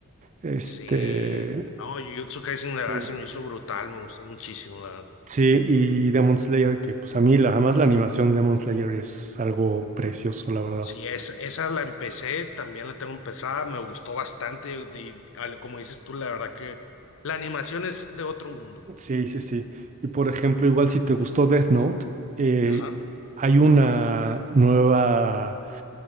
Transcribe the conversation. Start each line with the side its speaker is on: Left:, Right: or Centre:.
Right: Este,
Left: Sí, no, Jujutsu Kaisen la verdad
Right: sí.
Left: se me hizo brutal, me gustó muchísimo, la verdad.
Right: Sí, y Demon Slayer, que pues a mí la, además la animación de Demon Slayer es algo precioso, la verdad.
Left: Sí, es, esa la empecé, también la tengo empezada, me gustó bastante, de- al- como dices tú, la verdad que la animación es de otro mundo.
Right: Sí, sí, sí. Y por ejemplo, igual si te gustó Death Note, eh,
Left: Ajá,
Right: hay una nueva...